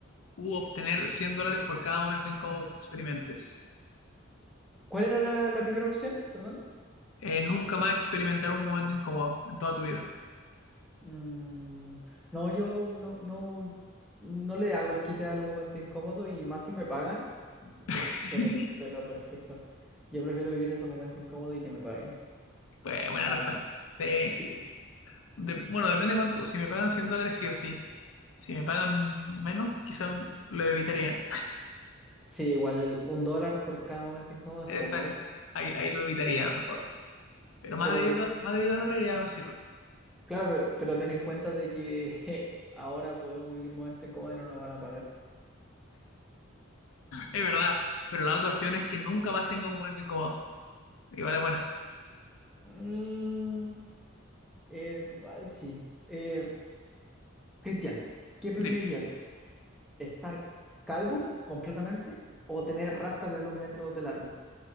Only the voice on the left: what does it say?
u obtener 100 dólares por cada momento incómodo que experimentes?
Eh, nunca más experimentar un momento incómodo en toda tu vida.
<laughs>
Pues, buena
respuesta. Sí.
De- bueno, depende cuánto. Si me pagan 100 dólares, sí o sí. Si me pagan menos, quizá lo evitaría.
Exacto,
ahí, ahí lo evitaría mejor. Pero más
de, 10 do- más de 10 dólares ya me sirve.
Es verdad, pero la otra opción es que nunca más tenga un momento incómodo. Igual es buena.
Dime.